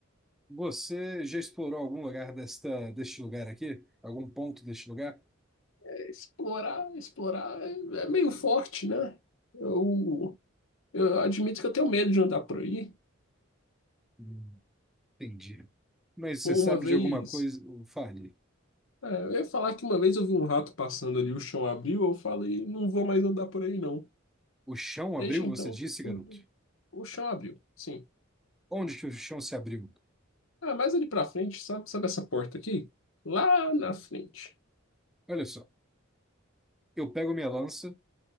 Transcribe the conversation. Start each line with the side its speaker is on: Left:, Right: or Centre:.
Centre: você já explorou algum lugar desta, deste lugar aqui? Algum ponto deste lugar?
Left: É, explorar, explorar é, é meio forte, né? Eu. Eu admito que eu tenho medo de andar por aí.
Centre: Hum, entendi. Mas você
Left: Uma
Centre: sabe
Left: vez.
Centre: de alguma coisa? Fale.
Left: É, eu ia falar que uma vez eu vi um rato passando ali, o chão abriu, eu falei, não vou mais andar por aí, não.
Centre: O chão abriu,
Left: Deixa então.
Centre: você disse, garoto?
Left: O, o chão abriu, sim.
Centre: Onde que o chão se abriu?
Left: Ah, mas ali pra frente, sabe, sabe essa porta aqui? Lá na frente.
Centre: Olha só. Eu pego minha lança,